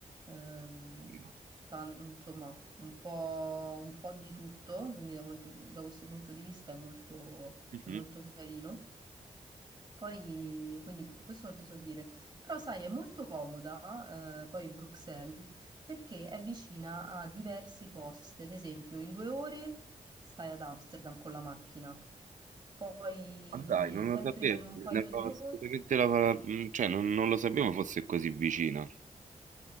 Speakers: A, on the right (about 35°); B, on the right (about 70°).
A: ehm,
B: capito?
A: tan- insomma, un po', un po' di tutto, quindi da, quanto- da questo punto di vista è molto,
B: Mhm.
A: è molto carino. Poi, quindi que- questo non ti so dire, però sai, è molto comoda, eh, poi Bruxelles, perché è vicina a diversi posti, ad esempio in due ore stai ad Amsterdam con la macchina, poi
B: Ma dai, non
A: sempre
B: lo sapevo,
A: in un paio
B: ne avevo
A: di ore
B: assolutamente la- mh, cioè non, non lo sapevo fosse così vicina.